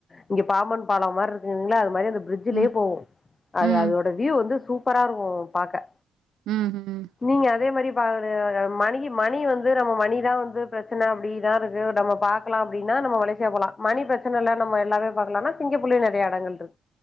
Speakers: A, on the left; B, on the right.
A: இங்க பாம்பன் பாலம் மாறி இருக்குங்களா அது மாதிரி அந்த பிரிட்ஜலயே
B: ம்
A: போவோம்
B: ம்
A: அது அதோட வியூவ் வந்து சூப்பரா இருக்கும் பாக்க
B: ம்ம்
A: நீங்க அதே மாறி அ அ மணிக்கு மணி வந்து நம்ம மணிதான் வந்து பிரச்சனை அப்படி தா இருக்கு நம்ம பாக்கலாம் அப்படினா நம்ம மலேசியா போலாம் மணி பிரச்சனை இல்ல நம்ம எல்லாமே பாக்கலா சிங்கப்பூர் லயே நிறைய இடங்கள் இருக்கு